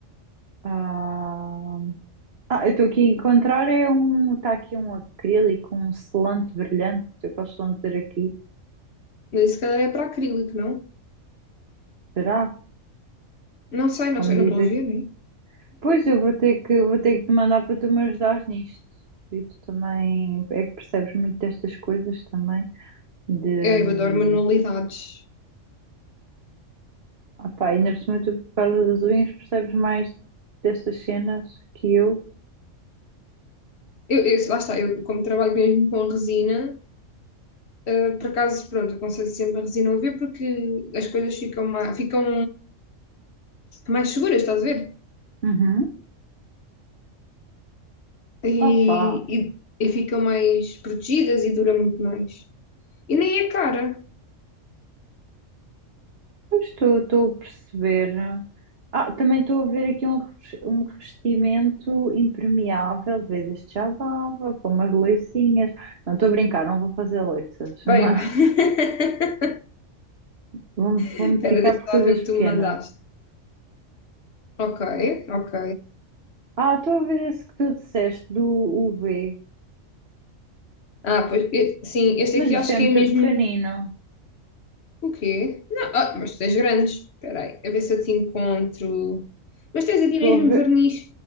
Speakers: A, on the right (about 55°); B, on the left (about 60°).
A: Ah, ah, eu estou aqui a encontrar é um, está aqui um acrílico, um selante brilhante, se eu posso dizer aqui.
B: Mas isso, se calhar é para acrílico, não?
A: Será?
B: Não sei,
A: Como
B: não sei,
A: dizer
B: não estou a ver,
A: que.
B: né?
A: Pois eu vou ter que, vou ter que te mandar para tu me ajudares nisto. E tu também é que percebes muito destas coisas também. de
B: É,
A: hum,
B: eu adoro manualidades.
A: opá, ainda por cima tu por causa das unhas percebes mais destas cenas que eu.
B: Eu, eu- lá está, eu como trabalho mesmo com resina, Uh, por acaso, pronto, aconselho sempre a resina UV porque as coisas ficam mais, ficam mais seguras, estás a ver?
A: Uhum.
B: E,
A: Opá,
B: e, e ficam mais protegidas e dura muito mais. E nem é cara.
A: pois estou estou a perceber. Ah, também estou a ver aqui um, revest- um revestimento impermeável, vês, este já dava, com umas loicinhas. Não estou a brincar, não vou fazer loiças,
B: Bem,
A: mas
B: <laughs>
A: <laughs> vou-me vou-me
B: espera,
A: ficar
B: deixa
A: por coisas
B: lá ver o que
A: pequenas.
B: tu me mandaste. Ok, ok.
A: Ah, estou a ver esse que tu disseste do UV,
B: Ah, pois, e- sim, este
A: mas
B: aqui acho
A: isto é
B: que
A: muito
B: é mesmo.
A: pequenino.
B: O quê? Não, ah, mas tu tens grandes. Espera aí, a ver se eu te encontro. Mas tens aqui
A: estou
B: mesmo
A: a ver.
B: verniz